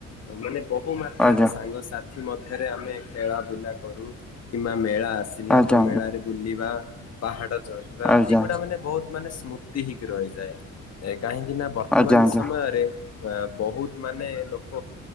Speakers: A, on the left; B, in the centre.
A: ମାନେ ବହୁ ମାତ୍ରାରେ
B: ଆଜ୍ଞା
A: ସାଙ୍ଗସାଥି ସାଙ୍ଗସାଥି ମଧ୍ୟରେ ଆମେ ଖେଳା ବୁଲା କରୁ କିମ୍ବା ମେଳା ଆସିଲା
B: ଆଜ୍ଞା
A: ତ ମେଳାରେ ବୁଲିବା। ପାହାଡ଼ ଚଢ଼ିବା
B: ଆଜ୍ଞା
A: ଏଇ ଗୁଡ଼ା ମାନେ ବୋହୁତ ମାନେ ସ୍ମୃତି ହେଇକି ରହିଯାଏ। ଏଇକ୍ କାହିଁକି ନା ବର୍ତ୍ତମାନ
B: ଆଜ୍ଞା
A: ସମୟରେ ଆ ବୋହୁତ ମାନେ ଲୋକ